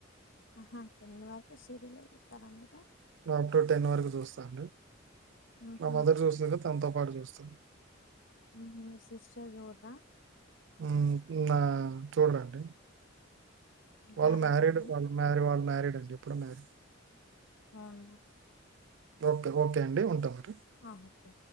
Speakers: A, on the left (about 70°); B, on the right (about 65°).
A: ఆహా టెన్ వరకు సీరియలే చూతారా మీరు
B: అప్ టూ టెన్ వరకు చూస్తాను
A: ఉహు,
B: మా మదర్‌ జూసే తన్‌తో పాటు చూస్తాం
A: మీ సిస్టర్స్రా జూడ్రా
B: హ్మ్ నా చూడ్రండి వాళ్ళు
A: మ్యారేజ్
B: మ్యారీడ్
A: అయిందా
B: వాళ్ళు మ్య వాళ్ళు మ్యారీడ్ అండి అప్పుడున్నారు
A: అవ్ను
B: ఓకే ఓకే అండి ఉంటాంమ
A: ఆ ఓకే